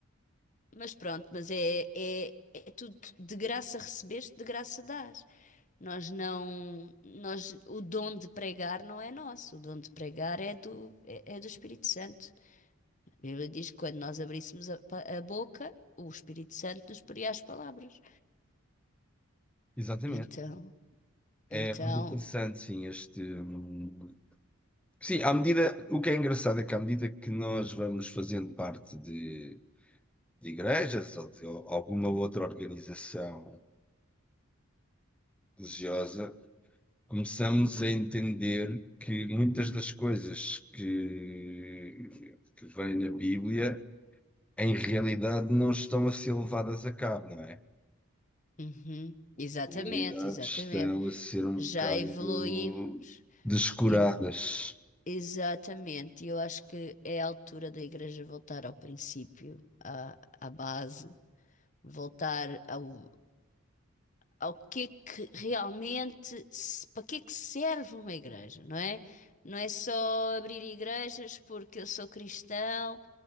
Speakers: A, on the left; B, in the centre.
A: mas pronto, mas é, é, é tudo de graça recebeste, de graça dás. Nós não, nós, o dom de pregar não é nosso, o dom de pregar é do, é, é do Espírito Santo. A Bíblia diz que quando nós abríssemos a, a boca, o Espírito Santo nos poria as palavras.
B: Exatamente.
A: Então,
B: É
A: então,
B: muito interessante, sim, este. hum, Sim, à medida. O que é engraçado é que à medida que nós vamos fazendo parte de de igrejas ou de alguma outra organização religiosa, começamos a entender que muitas das coisas que, que vêm na Bíblia, em realidade, não estão a ser levadas a cabo, não é?
A: uhum, exatamente,
B: Em realidade,
A: exatamente.
B: estão a ser um
A: Já
B: bocado
A: evoluímos,
B: descuradas.
A: ev- exatamente. E eu acho que é a altura da igreja voltar ao princípio, à, à base, voltar ao, ao que é que realmente, se- para que é que serve uma igreja, não é? Não é só abrir igrejas porque eu sou cristão